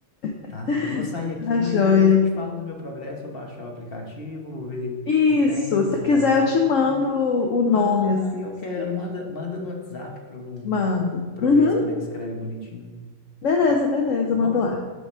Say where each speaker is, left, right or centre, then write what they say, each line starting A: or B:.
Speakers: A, on the left; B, on the left.
A: <laughs>
B: tá? Eu vou sair aqui,
A: Tá
B: mas
A: joia.
B: depois eu te falo do meu progresso, vou baixar o aplicativo, vou ver
A: Isso.
B: o tênis,
A: Se
B: o
A: quiser,
B: relógio.
A: eu te mando o nome
B: Ah,
A: assim
B: eu
A: escrito.
B: quero. Manda, manda no WhatsApp para eu, não-
A: Mando.
B: pra
A: Uhum.
B: eu ver como é que escreve bonitinho.
A: Beleza, beleza.
B: Tá bom?
A: Mando lá.